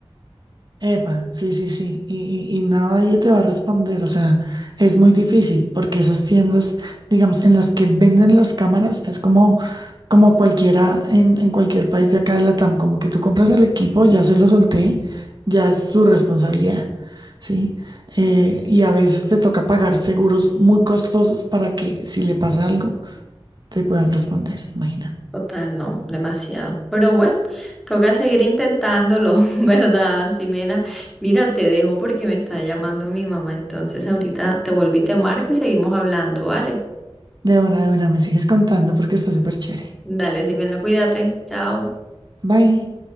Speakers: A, on the right; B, in the centre.
A: Epa, sí, sí, sí, y, y, y nadie te va a responder, o sea, es muy difícil porque esas tiendas, digamos, en las que venden las cámaras, es como, como cualquiera en, en cualquier país de acá de Latam, como que tú compras el equipo, ya se lo solté, ya es su responsabilidad, ¿sí? Eh, y a veces te toca pagar seguros muy costosos para que si le pasa algo, te puedan responder, imagina.
B: Total, no, demasiado. Pero bueno, toca seguir intentándolo, <laughs> ¿verdad, Ximena? Mira, te dejo porque me está llamando mi mamá, entonces ahorita te volví, te marco y seguimos hablando, ¿vale?
A: De buena, de buena, me sigues contando porque está súper chévere.
B: Dale, Ximena, cuídate. Chao.
A: Bye.